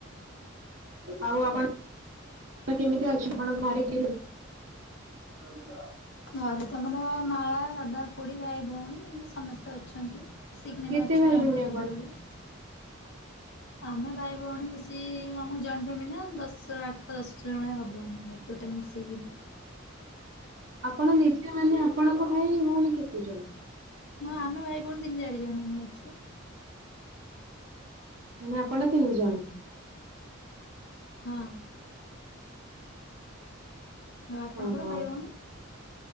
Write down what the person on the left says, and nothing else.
ଘରେ ତ ଆମର ମା, ଦାଦା, ଖୁଡି, ଭାଇ, ଭଉଣୀ ଏମିତି ସମସ୍ତେ ଅଛନ୍ତି। ସିଖନେମ୍
ଅଛୁ
ଜେଣ୍ଟ
ଫ୍ୟାମିଲି
ଭଳିଆ। ଆମେ ଭାଇ ଭଉଣୀ ମିଶି ଆମ ଜଏଣ୍ଟ ଫ୍ୟାମିଲି ନା ଦଶ ଆଠ ଦଶ ଜଣ ଖଣ୍ଡେ ହବ। ଆମ ଘର ଟୋଟାଲ ମିଶିକିନି
ହଁ ଆମେ ଭାଇ ଭଉଣୀ ତିନି ଚାରି ଜଣ ଆମେ ଅଛୁ।
ହଁ। ଆଉ ଆପଣଙ୍କର
ଭାଇ ଭଉଣୀ?